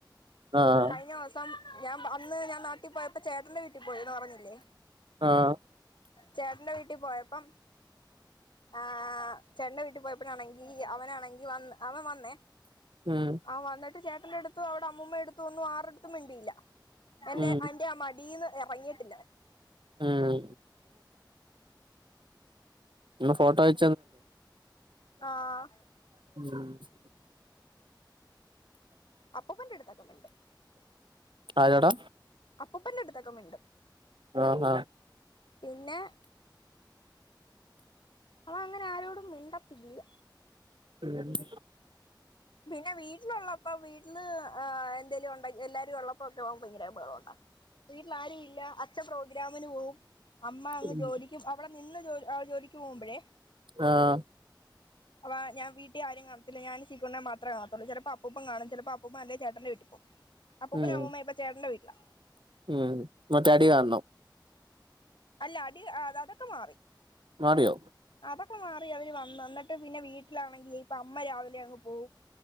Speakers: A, on the right; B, on the left.
A: ആഹ്
B: കഴിഞ്ഞ മാസം ഞാ- അന്ന് ഞാൻ നാട്ടി പോയപ്പോ ചേട്ടന്റെ വീട്ടി പോയെന്ന് പറഞ്ഞില്ലേ
A: ആഹ്
B: ചേട്ടന്റെ വീട്ടി പോയപ്പം ആഹ് ചേട്ടന്റെ വീട്ടി പോയപ്പഴാണെങ്കി അവനാണെങ്കി വന്ന് അവൻ വന്നേ
A: ഉം
B: അവൻ വന്നിട്ട് ചേ ട്ടന്റെടുത്തു അവടെ അമ്മുമ്മേടുത്തുവൊന്നും ആരുടെടുത്തും മിണ്ടിയില്ല എന്റെ
A: ഉം
B: അന്റെ ആ മടീന്ന് എറങ്ങീട്ടില്ലവൻ
A: ഉം. നിങ്ങ ഫോട്ടോ അയ്
B: ആഹ
A: <inaudible>
B: അപ്പൂപ്പന്റെടുത്തൊക്കെ മിണ്ടും
A: ആയടാ
B: അപ്പൂപ്പന്റെടുത്തൊക്കെ മിണ്ടും
A: ആഹ
B: പിന്നെ അവൻ അങ്ങനെ ആരോടും മിണ്ടത്തില്ല
A: <unintelligible>
B: പിന്നെ വീട്ടിലുള്ളപ്പോ വീട്ടില് എന്തേലും ഉണ്ട എല്ലാരും ഉള്ളപ്പോൊ ഒക്കെ ഭയങ്കര ബഹളം ഉണ്ടാക്കും വീട്ടിൽ ആരും ഇല്ല അച്ഛ അച്ഛൻ പ്രോഗ്രാമിന് പോവും അമ്മ അങ്ങ്
A: ഉം
B: ജോലിക്കും അവിടെ ഇന്ന് ജോലി ആ ജോലിക്ക് പോകുമ്പോഴേ
A: ആഹ
B: അപ്പോ ഞാൻ വീട്ടിൽ ആരും കാണത്തില്ല ഞാൻ അവനെ മാത്രമേ കാണത്തുള്ളൂ ചെല അപ്പുപ്പൻ കാണും ചിലപ്പോ അപ്പുപ്പൻ അല്ലേ ചേട്ടന്റെ വീട്ടിപ്പോവും അപ്പൂപ്പനും
A: ഉം
B: അമ്മുമ്മയും ഇപ്പൊ ചേട്ടന്റെ വീട്ടി ഇല്ല
A: ഉം മറ്റേ അടി കാണണം
B: അല്ല അടി അതൊക്കെ മാറി
A: മാറിയോ
B: അതൊക്കെ മാറി അവിര് വന്ന് എന്നിട്ട് പിന്നെ വീട്ടിലാണെങ്കിൽ ഇപ്പം അമ്മ രാവിലെ അങ്ങ് പോവും